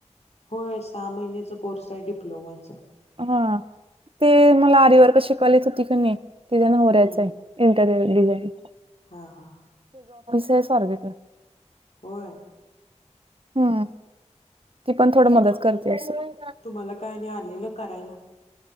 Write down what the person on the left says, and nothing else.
होय सहा महिन्याच कोर्स आहे डिप्लोमाचा
हम्म
हा हा हा
होय
तुम्हाला काय आणि आलेलं करायला